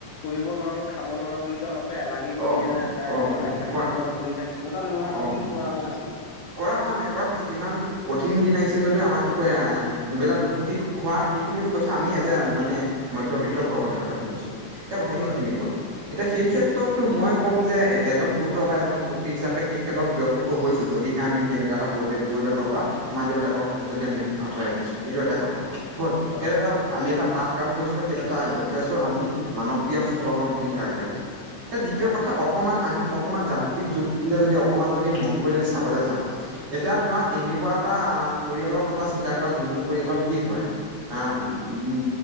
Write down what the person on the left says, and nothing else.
কৰিব নোৱাৰো খাব নোৱাৰো বুলি আমাকতো এলাগি কৰি
দিয়ে না নাই
যে তই নাখাবি
তই ক'ৰবাত পৰি থাক তেনেকুৱা ব্যৱহাৰ আমাক
কিন্তু কৰা হোৱা নাছিলে।
হয়
হয়
উম